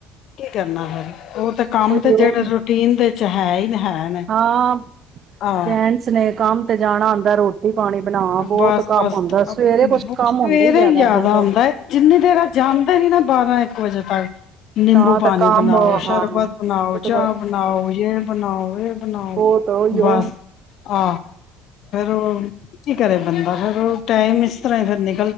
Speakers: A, on the left; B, on the right.
A: ਕੀ ਕਰਨਾ ਫਿਰ ਹੋਰ ਕੰਮ
B: ਉਹੀ
A: ਤੇ
B: ਉਹ
A: ਜਿਹੜੇ ਰੂਟੀਨ ਦੇ ਵਿੱਚ ਹੈ। ਹੈ ਨੇ
B: ਹਾਂ
A: ਆਹ
B: ਜੈਨਸ ਨੇ ਕੰਮ ਤੇ ਜਾਣਾ ਹੁੰਂਦਾ ਰੋਟੀ ਪਾਣੀ ਬਣਾ ਬਹੁਤ
A: ਬਸ
B: ਕੰਮ
A: -ਬਸ
B: ਹੁੰਦਾ ਸਵੇਰੇ ਕੁਛ ਕੰਮ
A: ਸਵੇਰੇ
B: ਹੁੰਦਾ ਜ਼ਿਆਦਾ
A: ਹੀ ਜਿਆਦਾ
B: ਬਹੁਤ
A: ਆਉਂਦਾ ਜਿੰਨੀ ਦੇਰ ਜਾਂਦੇ ਨੀ ਨਾ ਬਾਰਾਂ ਇੱਕ ਇੱਕ ਵਜੇ ਤੱਕ ਨਿੰਬੂ
B: ਤਾਂ ਤਾਂ
A: ਪਾਣੀ
B: ਕੰਮ
A: ਬਣਾਓ,
B: ਹਾਂ
A: ਸ਼ਰਬਤ
B: ਕੁਛ
A: ਬਣਾਓ, ਚਾਹ ਬਣਾਓ, ਯ ਬਣਾਓ ਇਹ ਬਣਾਓ
B: ਬਹੁਤ ਉਹੀਓ
A: ਬਸ ਆਹ। ਫਰ ਕੀ ਕਰੇ ਬੰਦਾ ਫਿਰ ਉਹ ਟਾਈਮ ਇਸ ਤਰ੍ਹਾਂ ਹੀ ਫਿਰ ਨ